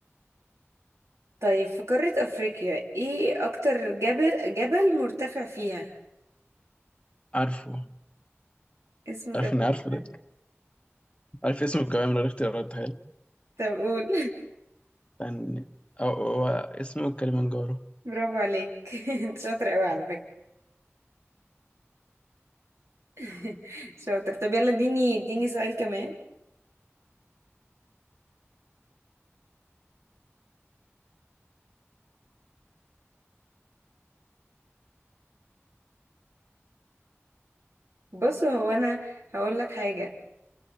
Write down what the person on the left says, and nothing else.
عارفه
عارف
إني عارفه
ده عارف اسمه كمان من غير اختيارات تخيل
يعني هو هو اسمه كليمنجارو